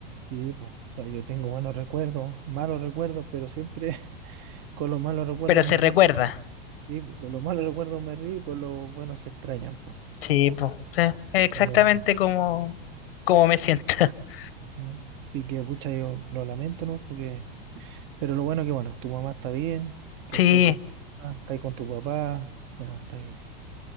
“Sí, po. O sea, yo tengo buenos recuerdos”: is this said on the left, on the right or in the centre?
Right